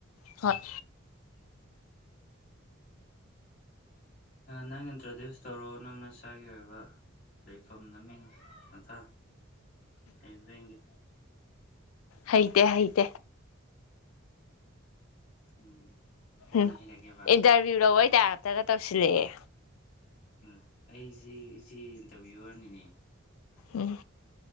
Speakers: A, on the left; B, on the left.
A: ꯍꯣꯠ
B: ꯅꯪ ꯏꯟꯇ꯭ꯔꯗ꯭ꯌꯨꯁ ꯇꯧꯔꯑꯣ ꯅꯪ ꯅꯁ꯭ꯥꯒꯤ ꯑꯣꯏꯕ ꯂꯩꯐꯝ ꯃꯃꯤꯡ ꯃꯊꯥ ꯂꯩꯕ꯭ꯔꯦꯡꯒꯦ
A: ꯍꯩꯇ ꯍꯩꯇ
B: ꯎꯝ ꯀꯣꯟꯅ
A: ꯎꯝ
B: ꯍꯩꯔꯒꯦꯕ
A: ꯏꯟꯇꯔꯚꯤꯌꯔ ꯑꯣꯏ ꯇ ꯇꯒ ꯇꯧꯁꯤꯜꯂꯛꯑꯦ
B: ꯎ ꯑꯩꯁꯤꯦ ꯑꯩꯁꯤꯦ ꯏꯟꯇꯔꯚꯤꯌꯨꯋꯔꯅꯤꯅꯦ
A: ꯎꯝ